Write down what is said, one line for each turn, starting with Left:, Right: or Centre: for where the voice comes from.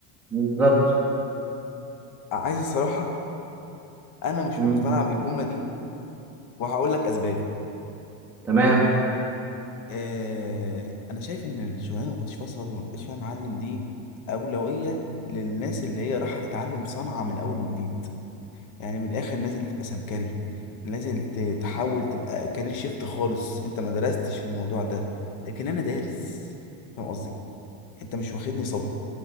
Centre: بالظبط
Left: عايز الصراحة انا مش
Centre: مم.
Left: مقتنع بالجملة دي وهقول لك اسباب
Centre: تمام
Left: اه انا شايف ان الشغلانة اللي ما كنتش فيها صبي وما بقاش فيها معلم دي اولوية للناس اللي هي رايحة تتعلم صنعة من اول وجديد يعني من الاخر لازم تبقى سمكري لازم ت- تحاول تبقى كارير شيفت خالص انت ما درستش في الموضوع ده لكن انا دارس فاهم قصدي انت مش واخدني صبي